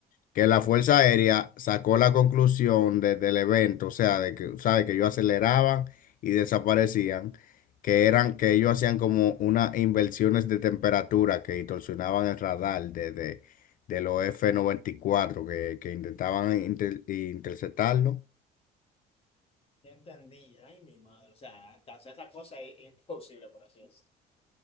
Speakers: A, on the left; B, on the left.
A: Que la Fuerza Aérea sacó la conclusión de- del evento, o sea, de que, ¿sabe? Que ellos aceleraban y desaparecían, que eran, que ellos hacían como unas inversiones de temperatura que distorsionaban el radar de, de, de los f noventa y cuatro que, que intentaban inter- interceptarlo.
B: Ya entendí. Ay, mi madre. O sea, entonces esa cosa es imposible, por así decirlo.